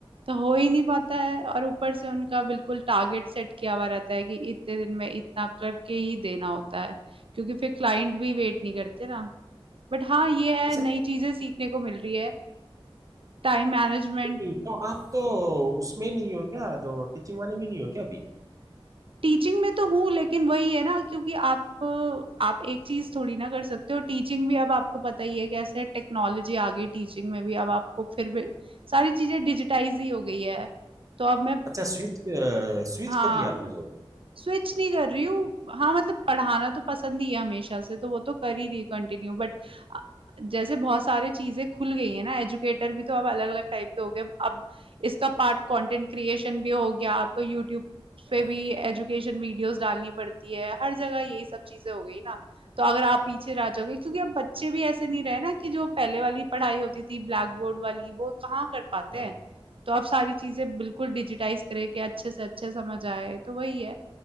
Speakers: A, on the right; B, on the right.
A: तो हो ही नहीं पाता है और ऊपर से उनका बिल्कुल टारगेट सेट किया हुआ रहता है कि इतने दिन में इतना करके ही देना होता है क्योंकि फिर क्लाइंट भी वेट नहीं करते ना बट हाँ ये है
B: अच्छा
A: नई चीजें सीखने को मिल रही है टाइम मैनेजमेंट
B: नहीं तो आप तो उसमें नहीं हो क्या जो टीचिंग वाले में नहीं हो क्या अभी
A: टीचिंग में तो हूँ लेकिन वही है ना क्योंकि आप आप एक चीज थोड़ी ना कर सकते हो टीचिंग भी अब आपको पता ही है कैसे टेक्नोलॉजी आ गई टीचिंग में भी अब आपको फिर भी सारी चीजें डिजिटाइज ही हो गई है तो अब मैं
B: अच्छा स्विच स्विच
A: हाँ
B: कर लिया आपने जॉब
A: स्विच नहीं कर रही हूँ हाँ मतलब पढ़ाना तो पसंद ही है हमेशा से तो वो तो कर ही रही हूँ कंटिन्यू बट जैसे बहुत सारी चीजें खुल गई है ना एजुकेटर भी तो अब अलग अलग टाइप के हो गए अब इसका पार्ट कंटेंट क्रिएशन भी हो गया आपको यूट्यूब पे
B: हाँ
A: भी एजुकेशन वीडियोस डालनी पड़ती है हर जगह यही सब चीजें हो गई ना तो अगर आप पीछे रह जाओगे क्योंकि अब बच्चे भी ऐसे नहीं रहे ना कि जो पहले वाली पढ़ाई होती थी ब्लैक बोर्ड वाली वो कहाँ कर पाते
B: हाँ
A: हैं तो अब सारी चीजें बिल्कुल डिजिटाइज करके अच्छे से अच्छे समझ आए तो वही है